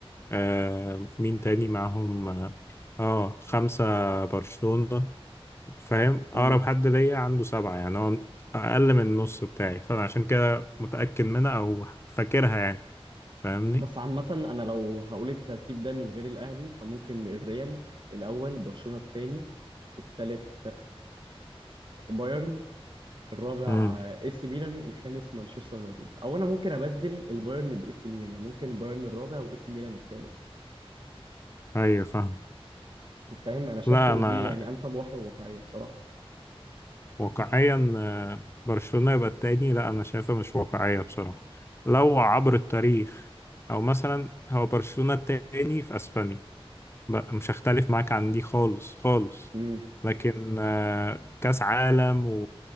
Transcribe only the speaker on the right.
امم
بس عامه انا لو هقول الترتيب ده من غير الاهلي فممكن الريال الاول برشلونه الثاني الثالث بايرن الرابع
اي سي ميلان الخامس مانشستر يونايتد او انا ممكن ابدل البايرن باي سي ميلان يعني ممكن بايرن الرابع واي سي ميلان الثالث
فاهم انا شايف
ان
دي يعني انسب واحده وواقعيه بصراحه
امم